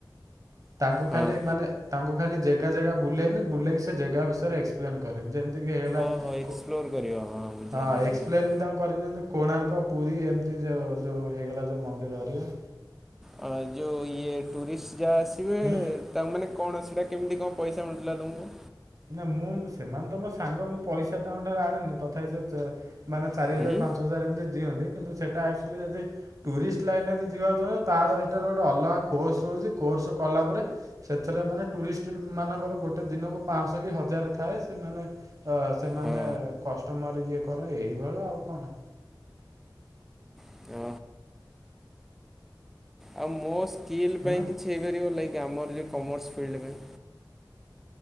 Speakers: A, on the right (about 45°); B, in the centre.
A: ତାଙ୍କୁ
B: ହଁ
A: ଖାଲି ମାନେ ତାଙ୍କୁ ଖାଲି ଜେଗା-ଜେଗା ବୁଲେଇମି ବୁଲେଇକି ସେ ଜେଗା ବିଷୟରେ <unintelligible> ଯେମିତିକି ହେଲା
B: ଓହୋ ଏକ୍ସପ୍ଲୋର
A: କୋ
B: କରିବ ବୁଝିଗଲା
A: ହଁ
B: ବୁଝିଗଲା।
A: ଏସପ୍ଲନ୍ <unintelligible> କୋଣାର୍କ ପୁରୀ ଏମିତି ଯୋଉ-ଯୋଉ ହେଇଗଲା ଯୋଉ ମନ୍ଦିର ଏରିଆ
B: ଆ ଯେଉଁ ଇଏ ଟୁରିଷ୍ଟ ଯାହା ଆସିବେ
A: ହୁଁ।
B: ତା ମାନେ କଣ ସେଇଟା କେମିତି କଣ ପଇସା ମିଳୁଥିଲା ତୁମୁକୁ?
A: ନା ମୁଁ ସେମାନେ ତ ମୋ ସାଙ୍ଗ ମୁଁ ପଇସା ତାଙ୍କ ଠାରୁ ଆଣେନି ତଥାପି ସେ ଚ ମାନେ ଚାରି ହଜାର
B: ହୁଁ
A: ପାଞ୍ଚ ହଜାର ଏମିତି ଦିଅନ୍ତି କିନ୍ତୁ ସେଟା ଆକ୍ଚୁଆଲି ଯଦି ଟୁରିଷ୍ଟ ଲାଇନ୍ ରେ ଯଦି ଯିବାକୁ ଚାହିଁବ ତାର ଏଠା ଗୋଟେ ଅଲଗା କୋର୍ସ ହଉଚି କୋର୍ସ କଲା ପରେ ସେଥିରେ ମାନେ ଟୁରିଷ୍ଟଲ୍ ମାନଙ୍କର ଗୋଟେ ଦିନ ପାଁଶହ କି ହଜାର ଥାଏ ସେମାନେ ଅ ସେମାନେ
B: ହଁ
A: କଷ୍ଟମର ଇଏ କରେ ଏଇଭଳି ଆଉ କଣ।
B: <unintelligible> ଆଉ ମୋ ସ୍କିଲ୍
A: ହୁଁ
B: ପାଇଁ କିଛି ହେଇପାରିବ ଲାଇକ୍ ଆମର ଯେଉଁ କମର୍ସ ଫିଲ୍ଡ ପାଇଁ?